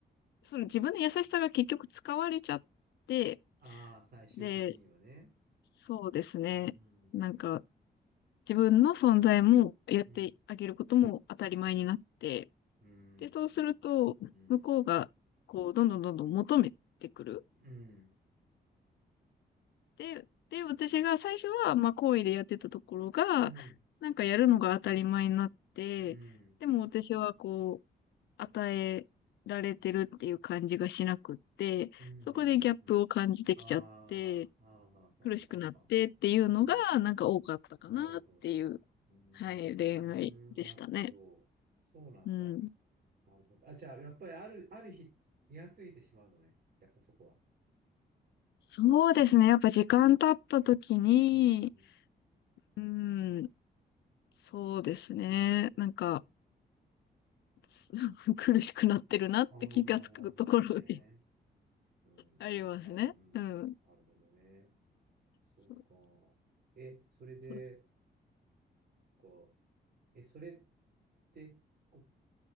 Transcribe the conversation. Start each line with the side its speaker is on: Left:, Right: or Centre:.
Left: その自分の優しさが結局使われちゃって、
Right: ああー、最終的にはね。
Left: で、そうですね。
Right: うん。
Left: なんか、自分の存在もやってあげることも当たり前になって、
Right: うん。うん。
Left: で、そうすると、
Right: うん。
Left: 向こうが、こう、どんどんどんどん求めてくる。
Right: うん。
Left: で、で、私が最初は、まあ、好意でやってたところが、
Right: うん。
Left: なんかやるのが当たり前になって、
Right: うん。
Left: でも私はこう、与えられてるっていう感じがしなくって、
Right: うん。
Left: そこでギャップを感じてきちゃって、
Right: うん。うん。ああ、ああ、はあ、
Left: 苦しくなってっていうのが、
Right: はあ、はあ、はあ。うん。
Left: なんか多かったかなっていう、
Right: なるほど。うーん。
Left: はい、恋愛でしたね。
Right: なるほど。そうなんだ。
Left: うん。
Right: なるほど。あ、じゃあ、やっぱりある、ある日、気がついてしまうのね。やっぱそこは。
Left: そうですね。やっぱ時間経った時に、
Right: うん。
Left: うん、そうですね。
Right: そっか。
Left: なんか、<laughs> 苦しくなってるなって気がつくところに
Right: ああ、なるほどね。
Left: <laughs>
Right: うん。
Left: ありますね。
Right: なんか、うん。
Left: うん。
Right: なるほどね。そうか。
Left: そう、
Right: え、それで、
Left: そう。
Right: こう、え、それって、こ